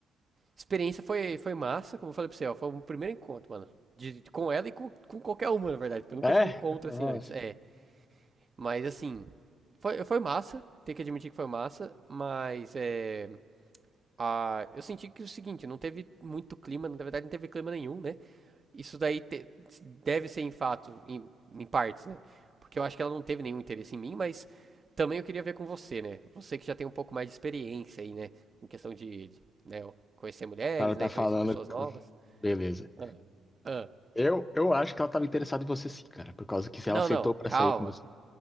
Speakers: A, on the right; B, on the left.
A: Experiência foi, foi massa, como eu falei pra você, ó. Foi o primeiro encontro, mano. De, com ela e com, com qualquer uma, na verdade. Porque eu nunca
B: É?
A: tive um encontro
B: Nossa.
A: assim antes. É.
B: O
A: Mas assim. Foi, foi massa. Tem que admitir que foi massa. Mas é. Ah, eu senti que é o seguinte, não teve muito clima, na verdade não teve clima nenhum, né? Isso daí te- deve ser em fato, em, em partes, né? Porque eu acho que ela não teve nenhum interesse em mim, mas também eu queria ver com você, né? Você que já tem um pouco mais de experiência aí, né? Em questão de, de, né, conhecer mulheres,
B: cara tá
A: né?
B: falando.
A: Conhecer pessoas
B: que-
A: novas.
B: Beleza.
A: Ah, ah.
B: Eu, eu acho que ela tava interessada em você sim, cara. Por causa que se
A: Não,
B: ela aceitou
A: não,
B: pra
A: calma,
B: sair com você.